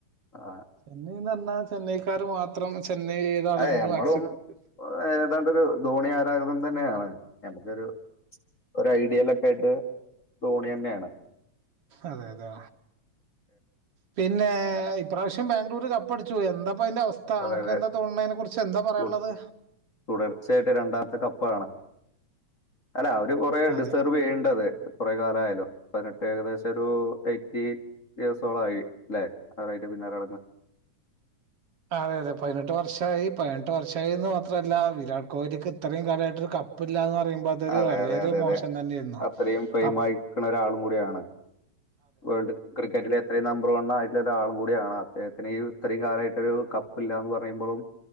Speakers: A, on the left; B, on the right.
A: ആ
B: ചെന്നൈന്ന് പറഞ്ഞാ ചെന്നൈക്കാര് മാത്രം ചെന്നൈ ഏതാളെങ്കിലും
A: അ നമ്മളും
B: അക്സെപ്റ്റ്
A: ഏതാണ്ടൊരു ധോണി ആരാഗതം തന്നെയാണ് നമുക്കൊരു ഒരു ഐഡിയലൊക്കെ ആയിട്ട് ധോണി തന്നെയാണ്
B: അതെ അതെ പിന്നെ ഇപ്രാവശ്യം ബാംഗ്ലൂര് കപ്പടിച്ചുയി എന്താ പ്പൊ അതിന്റെ അവസ്ഥ
A: അതായത്
B: അണക്ക് എന്താ തോന്ന്ണ്നെ അയ്നെ കുറിച്ച് എന്താ പറയാള്ളത്
A: തു- തുടർച്ചയായിട്ട് രണ്ടാമത്തെ കപ്പാണ് അല്ല അവര് കൊറെ ഡിസേർവ്യ്യണ്ടത്
B: അതെ
A: കൊറെ കാലയാലോ പതിനെ ഏകദേശം ഒരു എയ്റ്റി ഇയേഴ്സോളായി ല്ലെ അവര് പിന്നാല നടക്ക്ണ് <inaudible>
B: അതെ അതെ പതിനെട്ട് വർഷായി പതിനെട്ട് വർഷായിന്ന് മാത്രല്ല വിരാട് കോഹ്ലിക്ക് ഇത്രയും കാലമായിട്ടൊരു ക പ്പില്ലാന്ന് പറയു ബദോരു
A: അതെ
B: വല്യേരു
A: അതെ അതെ
B: മോശം
A: അതെ
B: തന്നെന്നു
A: അത്രയും ഫെയിം
B: അ
A: ആയിക്കുന്ന ഒരാളും കൂടിയാണ് വേൾഡ് ക്രിക്കറ്റിൽ എത്രയും നമ്പർ വൺ ആയിട്ടുള്ള ഒരാൾ കൂടിയാണ് അദ്ദേഹത്തിന് ഇത്രയും കാലായിട്ടൊരു കപ്പില്ലാന്ന് പറയുമ്പോളും